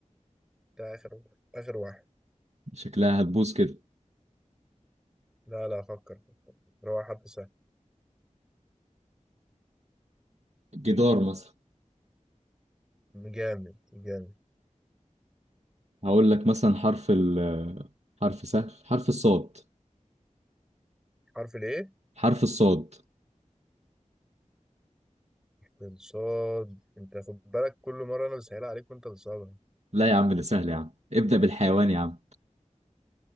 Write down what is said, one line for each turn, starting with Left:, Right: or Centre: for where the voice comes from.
Centre: ده اخر اخر واحد
Right: شكلها هتبوظ كده
Centre: لا لا افكر هو حرف سهل
Right: جدار مثلا
Centre: جامد جامد
Right: هقول لك مثلا حرف ال آه، حرف سهل حرف الصاد
Centre: حرف الايه
Right: حرف الصاد
Centre: الصاد انت خد بالك كل مرة انا بسهلها عليك وانت بتصعبها
Right: لا يا عم ده سهل يا عم ابدأ بالحيوان يا عم